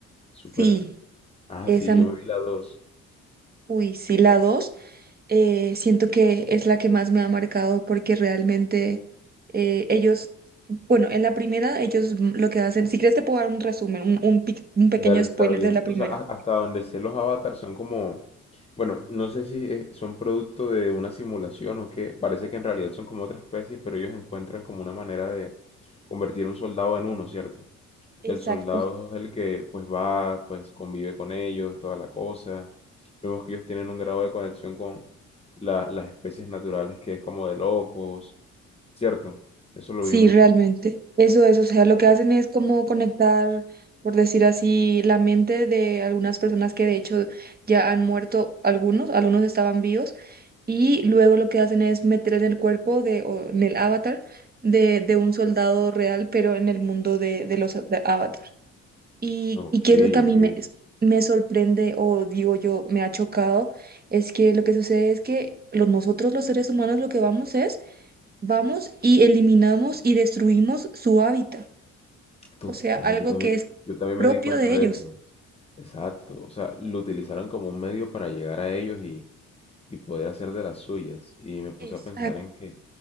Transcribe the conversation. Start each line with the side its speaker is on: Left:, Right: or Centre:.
Left: súper...
Right: Sí,
Left: Ah,
Right: esa,
Left: sí,
Right: m-
Left: yo me vi la dos.
Right: uy, sí, la 2, eh, siento que es la que más me ha marcado porque realmente eh, ellos, bueno, en la primera ellos mm, lo que hacen, si quieres te puedo dar un resumen, un, un pic- un pequeño
Left: Dale,
Right: spoiler
Left: está bien.
Right: de la primera.
Left: O sea, a- hasta donde sé los avatars son como Bueno, no sé si eh, son producto de una simulación o qué. Parece que en realidad son como otra especie, pero ellos encuentran como una manera de convertir a un soldado en uno, ¿cierto?
Right: Exacto.
Left: Y el soldado es el que pues va, pues convive con ellos, toda la cosa. Vemos que ellos tienen un grado de conexión con la- las especies naturales que es como de locos, ¿cierto? Eso lo
Right: Sí,
Left: vi mucho.
Right: realmente. Eso es, o sea, lo que hacen es como conectar, por decir así, la mente de algunas personas que de hecho ya han muerto, algunos, algunos estaban vivos, y luego lo que hacen es meter en el cuerpo de, o en el avatar de, de un soldado real, pero en el mundo de, de los de avatar. Y,
Left: Ok,
Right: y qué es lo que a
Left: ok.
Right: mí me, me sorprende o digo yo, me ha chocado, es que lo que sucede es que los, nosotros los seres humanos lo que vamos es Vamos y eliminamos y destruimos su hábitat,
Left: Total,
Right: o sea, algo
Left: yo también,
Right: que es
Left: yo también
Right: propio
Left: me di cuenta
Right: de
Left: de
Right: ellos.
Left: eso. Exacto. O sea, lo utilizaron como un medio para llegar a ellos y y poder hacer de las suyas. Y me puse
Right: Exacto.
Left: a pensar en que